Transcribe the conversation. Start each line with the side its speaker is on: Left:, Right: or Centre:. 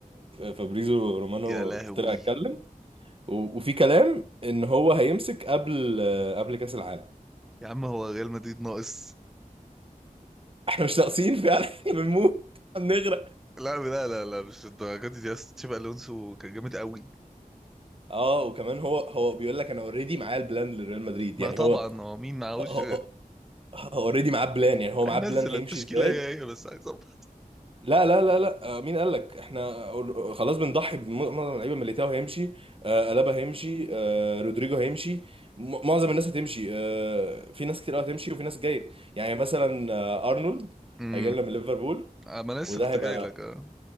Right: فابريزو رومانو
Centre: يا لهوي
Right: طلع اتكلم و... وفي كلام ان هو هيمسك قبل آه، قبل كاس العالم
Centre: يا عم هو ريال مدريد ناقص
Right: <laughs> احنا مش ناقصين فعلا <laughs> احنا بنموت بنغرق
Centre: لا لا لا لا مش الدرجه دي يا اسطى تشابي الونسو كان جامد قوي
Right: اه وكمان هو هو بيقول لك انا اوريدي معايا البلان لريال مدريد
Centre: ما
Right: يعني
Centre: طبعا
Right: هو
Centre: هو مين معهوش
Right: هو اوريدي معاه بلان يعني هو معاه
Centre: هينزل
Right: بلان هيمشي
Centre: التشكيله
Right: ازاي
Centre: هي هي بس عايز أبقى.
Right: لا لا لا لا آه، مين قال لك احنا أور- خلاص بنضحي بمعظم اللعيبه ميليتاو هيمشي آه، الابا هيمشي آه، رودريجو هيمشي م- معظم الناس هتمشي آه، في ناس كتير قوي هتمشي وفي ناس جايه يعني مثلا آه، ارنولد
Centre: امم
Right: هيجي لنا من ليفربول
Centre: ما أنا لسه
Right: وده
Centre: كنت
Right: هيبقى
Centre: جاي لك اه